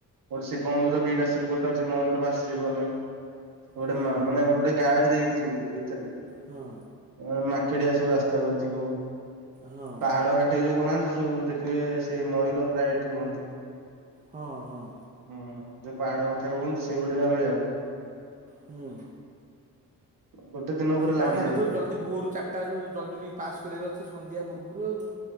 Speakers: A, on the right; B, on the right.
A: ଗୋଟେ ଶିବ ମନ୍ଦିର ଦିଟା ଶିବ ଗୋଟ ଅଛ ମନ୍ଦିର ଭାସିଯିବୁ ଆମେ। ଗୋଟେ
B: ହଁ
A: ମା ମାନେ
B: ହଁ
A: ଗୋଟେ ଗାଁ ଦେଇକି ଯିବୁ ଭିତରେ।
B: ହୁଁ।
A: ଅ ମାକେଡିଆ ସବୁ ରାସ୍ତା ପଟେ ଥିବ।
B: ହଁ
A: ପାହାଡ କା ସେଠି ଯୋଉନାହାନ୍ତି ସବୁ ଦେଖିବେ ସେଇ ମୟୂର ପ୍ରାୟ ଏଇଠି ରୁହନ୍ତି।
B: ହଁ ହଁ।
A: ହୁଁ ହୁଁ ଯୋଉ ପାହାଡ କଥା କୁହନ୍ତୁ ସେଇ ଗୋଟେ ବି ଆମେ ଯାଉ।
B: ହୁଁ
A: ଗୋଟେ ଦିନ ଉପରେ
B: ସେ ପାହାଡ଼
A: ଲାଗିଯାଏ।
B: ତ ଜଲ୍ଦି ଭୋରରୁ ଚାରିଟାରୁ ଜଲ୍ଦ ଜଲି ପାସ୍ କରିବାର ଅଛି ସନ୍ଧ୍ୟା ପୂର୍ବରୁ ଆଉ।